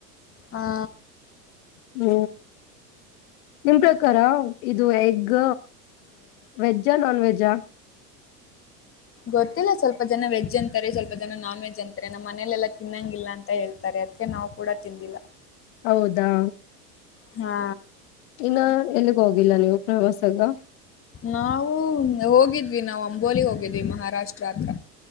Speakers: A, on the left; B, on the left.
A: ಹಾ
B: ಹ್ಮ್ ನಿಮ ಪ್ರಕಾರ ಇದು ಎಗ್ ವೆಜ್ ನಾನ್ ವೆಜ್
A: ಗೊತ್ತಿಲ್ಲ ಸ್ವಲ್ಪ ಜನ ವೆಜ್ ಅಂತಾರೆ ಸ್ವಲ್ಪ ಜನ ನಾನ್ ವೆಜ್ ಅಂತಾರೆ ನಮ್ಮ್ ಮನಲೆೆಲ್ಲ ತಿನ್ನಂಗಿಲ್ಲ ಅಂತ ಹೇಳ್ತಾರೆ ಅ ್ಕ ನಾವು ಕೂಡ ತಿಿಂದಿಲ್ಲ
B: ಹೌದಾ
A: ಹಾ
B: ಇನ್ನ ಎಲ್ಲಿಗ ಹೋಗಿಲ್ಲ ನೀವು ಪ್ರವಾಸಗ
A: ನಾವು ಹೋಗಿದ್ವಿ ನಾವು ಅಂಬೋಲಿ ಹೋಗಿದ್ವಿ ಮಹಾರಾಷ್ಟ್ರ ಹತ್ರ